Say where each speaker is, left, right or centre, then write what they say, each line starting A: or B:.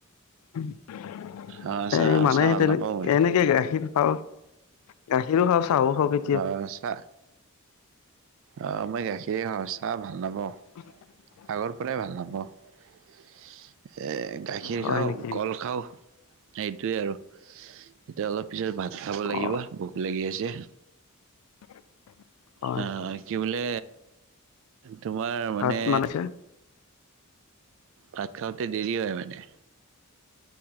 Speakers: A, on the left; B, on the right.
A: <inaudible>
B: অ চাহ
A: এ মানে
B: চাহ ভাল
A: তেনে
B: নাপাওঁ মই
A: এনেকে গাখীৰ খাওঁ, গাখীৰো খাওঁ চাহো খাওঁ কে
B: অ চাহ অ মই গাখীৰ এ খাঁও চাহ ভাল নাপাওঁ।
A: <unintelligible>
B: আগৰ পৰাই ভাল নাপাওঁ, এ গাখীৰ
A: হয়
B: খাওঁ
A: নেকি
B: কল খাওঁ। সেইটোয়ে আৰু। এতিয়া অলপ পিছত ভাত খাব লাগিব,
A: অ
B: ভোক লাগি আছে।
A: <unintelligible>
B: চাহ
A: হয়
B: কি বোলে তোমাৰ মানে
A: ভাত যে
B: ভাত খাওঁতে দেৰি হয় মানে?